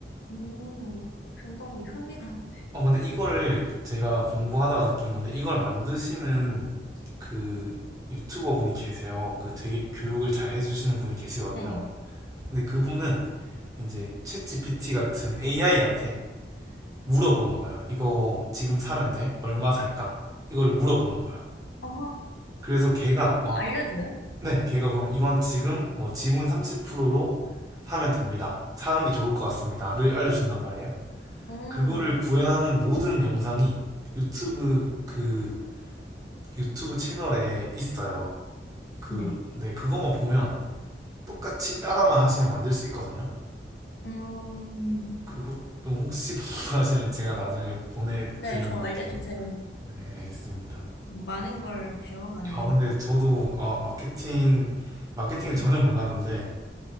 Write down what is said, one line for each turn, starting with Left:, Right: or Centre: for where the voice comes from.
Left: 음, 굉장히 흥미로운데.
Right: 어 근데 이거를 제가 공부하다가 느낀 건데 이걸 만드시는 그 유튜버 분이 계세요. 그 되게 교육을 잘 해주시는 분이 계시거든요.
Left: <laughs> 네네.
Right: 근데 그분은 이제 챗 GPT 같은 AI한테 물어보는 거야. 이거 지금 사면 돼? 얼마 살까? 이거를 물어보는 거예요.
Left: 아,
Right: 그래서 걔가
Left: 그런
Right: 아,
Left: 거 알려줘요?
Right: 네, 걔가 그럼 이건 지금 뭐 지분 30%로 사면 됩니다. 사는 게 좋을 것 같습니다.를 알려준단 말이에요.
Left: 음,
Right: 그거를 구현하는 모든 영상이 유튜브 그 유튜브 채널에 있어요. 그,
Left: 네.
Right: 네, 그것만 보면 똑같이 따라만 하시면 만들 수 있거든요.
Left: 음,
Right: 그것도 혹시 <laughs> 궁금하시면 제가 나중에 보내드려
Left: 네, 저
Right: 놓을게요.
Left: 알려주세요.
Right: 네, 알겠습니다.
Left: 많은 걸 배워가네요.
Right: 아, 근데 저도 아, 마케팅, 마케팅을
Left: 음,
Right: 전혀 몰랐는데